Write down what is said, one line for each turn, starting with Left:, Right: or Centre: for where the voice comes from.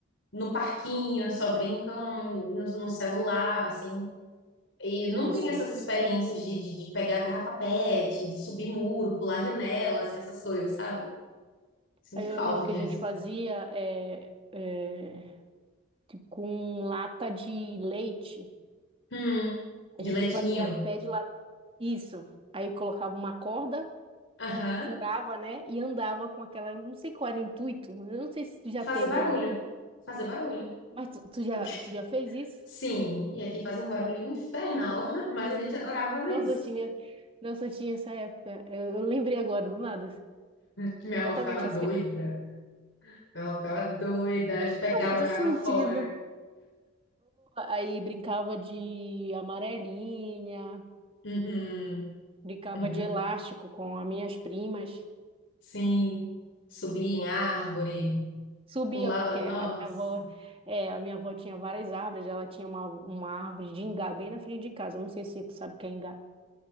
Left: no parquinho, só brincam no, no celular, assim. E não
Right: Isso.
Left: tem essas experiências de, de, de pegar garrafa PET, de subir muro, pular janela, assim, essas coisas, sabe? Sinto
Right: Aí eu
Left: falta
Right: lembro que
Left: disso.
Right: a gente fazia é, é, tipo, com lata de leite.
Left: Hum,
Right: A
Left: de
Right: gente
Left: leitinho.
Right: fazia pé de lata. Isso. Aí colocava uma corda,
Left: Aham.
Right: furava, né? E andava com aquela. Não sei qual era o intuito. Eu não sei se tu já
Left: Fazer
Right: teve
Left: barulho.
Right: aí.
Left: Fazer barulho.
Right: Mas tu, tu já,
Left: <laughs>
Right: tu já fez isso?
Left: Sim, e aqui fazia um barulho infernal, <laughs> mas a gente adorava fazer
Right: Nossa,
Left: isso.
Right: eu tinha, nossa, eu tinha essa época. Eu, eu lembrei agora, do nada.
Left: Que minha
Right: Exatamente
Left: avó ficava doida.
Right: isso que a gente
Left: Ela ficava doida, pegava
Right: Não, muito
Left: e jogava
Right: sentido.
Left: fora.
Right: Aí brincava de amarelinha,
Left: Uhum,
Right: brincava
Left: uhum.
Right: de elástico com as minhas primas.
Left: Sim, subia em árvore,
Right: Subia,
Left: pulava,
Right: porque
Left: nossa.
Right: a minha avó, é, a minha avó tinha várias árvores, ela tinha uma, uma árvore de ingá bem na frente de casa. Não sei se tu sabe o que é ingá.